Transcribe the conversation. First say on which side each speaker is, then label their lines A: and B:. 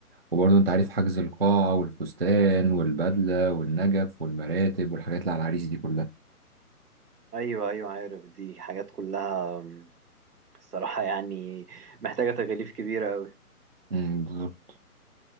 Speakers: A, on the right (about 45°); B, on the right (about 85°).
A: وبرضه أنت عارف حجز القاعة والفستان والبدلة والنجف والمراتب والحاجات اللي على العريس دي كلها
B: ايوه ايوه عارف دي حاجات كلها آم، الصراحة يعني محتاجة تكاليف كبيرة قوي
A: امم بالظبط